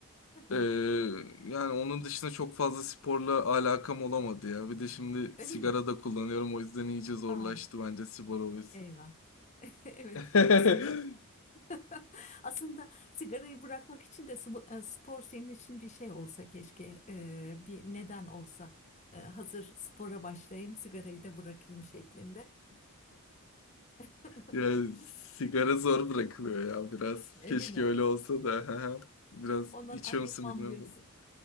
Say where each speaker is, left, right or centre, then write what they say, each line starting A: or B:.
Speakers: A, on the left; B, on the left.
A: <laughs>
B: Ee, yani onun dışında çok fazla sporla alakam olamadı ya. Bir de şimdi
A: Öyle
B: sigara
A: mi?
B: da kullanıyorum o yüzden iyice zorlaştı
A: Aa,
B: bence spor hobisi.
A: eyvah. <laughs> Evet.
B: <laughs>
A: Aslında <laughs> Aslında sigarayı bırakmak için de spo- e, spor senin için bir şey olsa keşke, e, bir neden olsa. E, Hazır spora başlayayım, sigarayı da bırakayım şeklinde. <laughs>
B: Yani sigara zor bırakılıyor ya biraz.
A: Öyle
B: Keşke
A: mi?
B: öyle olsa da. <laughs> Biraz
A: Ondan
B: içiyor
A: ayrılmam
B: musun bilmiyorum.
A: diyorsun.
B: da.